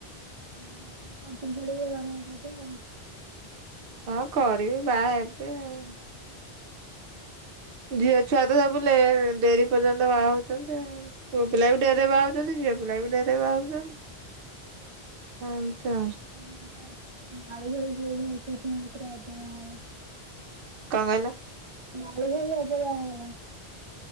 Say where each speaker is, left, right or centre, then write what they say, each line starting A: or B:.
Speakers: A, on the right; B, on the right.
A: ଉଁ ହୁଁ <unintelligible>
B: ହଁ କରିବି ବାହା ହେବେ। ଆଉ। ଝିଅ ଛୁଆ ତ ସବୁ ଲେ ଡେରି ପର୍ଯ୍ୟନ୍ତ ବାହା ହଉଛନ୍ତି ଆଉ। ପୁଅ ପିଲା ବି ଡେରି ବାହା ହଉଛନ୍ତି ଝିଅ ପିଲା ବି ଡେରିରେ ବାହା ହଉଛନ୍ତି। ହ ତ।
A: ମୁଁ ଯାଇଥିଲି ନାଳୁ ଭାଇ <unintelligible>
B: କଁ କହିଲ?
A: ନାଲୁ ଭାଇ ଆଗେ ବାହା ହେଇଗଲାଣି।